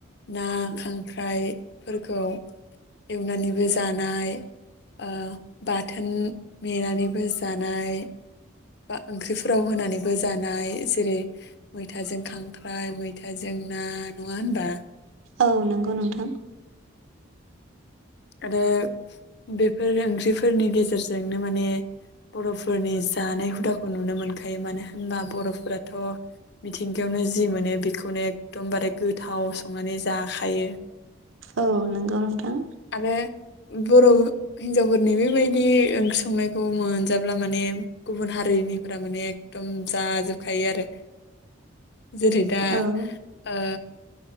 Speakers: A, on the left; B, on the right.
A: ना खांख्राइफोरखौ एवनानैबो जानाय ओ बाथोन मेनानैबो जानाय बा ओंख्रिफोराव होनानैबो जानाय जेरै मैथाजों खांख्राइ मैथाजों ना नङा होनबा?
B: औ नंगौ नोंथां।
A: आरो बेफोर ओंख्रिफोरनि गेजेरजोंनो माने बर'फोरनि जानाय हुदाखौ नुनो मोनखायो मानो होनबा बर'फोराथ' मिथिंगायावनो जि मोनो बेखौनो एकदमबारे गोथाव संनानै जाखायो।
B: औ नोंगौ नोंथां।
A: आरो बर'हिनजावफोरनि बेबायदि ओंख्रि संनायखौ मोनजाब्ला माने गुबुन हारिनिफोरा माने एकदम जाजोबखायो आरो।
B: <inaudible>
A: जेरै दा
B: औ
A: ओ